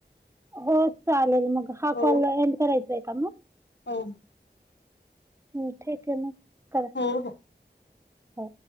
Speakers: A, on the right (about 15°); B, on the left (about 75°).
A: हो, चालेल मग हा
B: हो
A: कॉल एंड करायचा आहे का मग?
B: हो.
A: हम्म ठीक आहे मग? करा
B: हो हो.
A: हो.